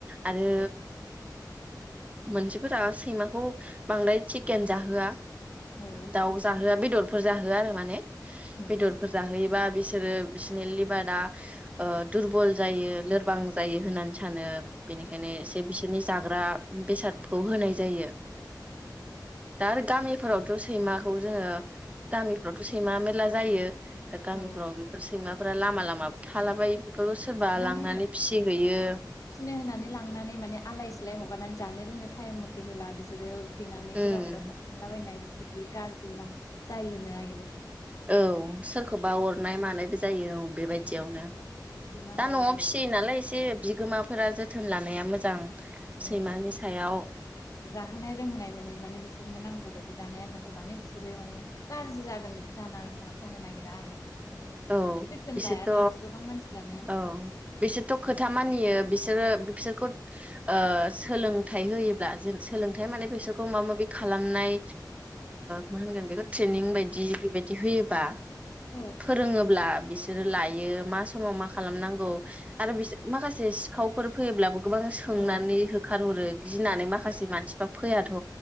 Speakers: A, on the right; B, on the left.
A: आरो
B: औ
A: मानसिफोरा सैमाखौ बांद्राय चिकेन जाहोआ
B: औ
A: दाउ जाहोआ बेदरफोर जाहोआ आरो माने
B: औ
A: बेदरफोर जाहोयोबा बिसि बिसोरो बिसिनो लिब बारा ओ दुरबल जायो लोरबां जायो होननानै सानो बेनिखायनो एसे बिस जाग्रा बेसादखौ होनाय जायो दा आरो गामिफोरावथ' सैमा खौ जोङो गामिफ्रावथ' सैमा मेरला जायो दा गामिफोराव
B: औ
A: बेफोर सैमा फुरा लामा लामा थालाबायो बेफोरखौ सोरबा
B: औ माने
A: लांनानै फिसिहैयो
B: औ फिसिनो होनानै लांनानै माने आलाय सिलाय हगारनानै जानो लोंनो टाइम मथे होला बिसोरो उखैनानै
A: उम
B: जेराव मेराव खाारथिंलाबायनाय बिदि गाज्रि लां जायोनो आ
A: औ सोरखौबा अरनाय मानायबो जायो औ बेबायदियावनो
B: सैमा
A: दा
B: अर
A: न'आव
B: औ
A: फिसियो नालाय एसे बि गोमाफोरा जोथोन लानाया मोजां सैमानि
B: औ
A: सायाव
B: जाहोनाय लोंहोनाय मोनो माने बिस बिसोरनो नांगौ बायदि जानाय आन्दार होबानो बिसोरो माने गाज्रि जागोन जानो जानो नागिरा आरो। नाथाय
A: औ
B: जोथोन
A: बिसोरथ'
B: लायाना गोबां मानसिफ्रानो
A: औ बिसोरथ' खोथा मानियो बिसोरो बिसोरखौ ओ सोलोंथाइ होयोब्ला जेन सोलोंथाइ माने बिसोरखौ माबा माबि खालामनाय मा होनगोन बेखौ ट्रेनिं बायदि बेबायदि होयोबा
B: औ।
A: फोरोङोब्ला बिसोरो लायो मा समाव मा खालामनांगौ। आरो बिसोर माखासे सिखावफोर फैयोब्लाबो गोबां सोंनानै
B: औ
A: होखारहरो गिनानै माखासे
B: औ
A: मानसिफ्रा फैयाथ'